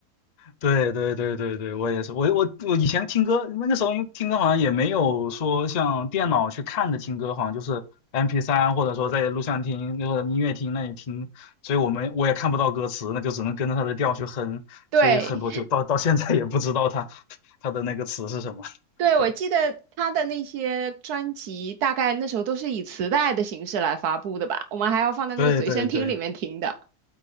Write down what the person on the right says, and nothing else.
对，
对，我记得他的那些专辑，
大概那时候都是以磁带的形式来发布的吧，我们还要放在那个随身听里面听的。